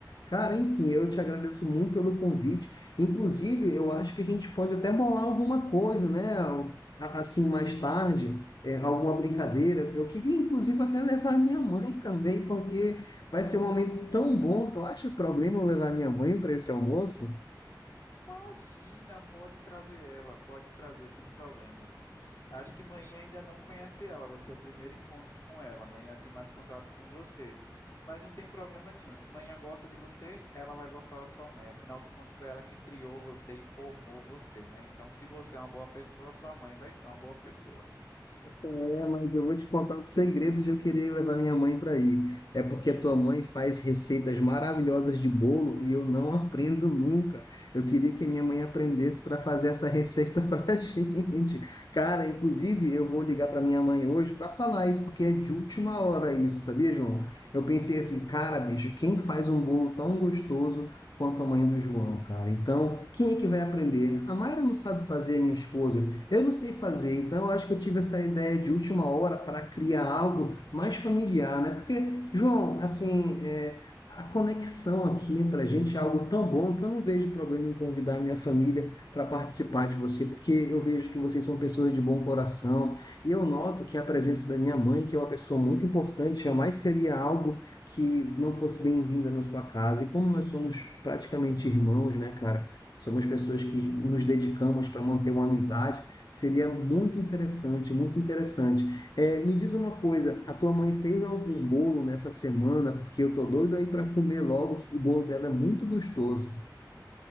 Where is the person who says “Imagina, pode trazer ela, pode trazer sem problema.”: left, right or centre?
Left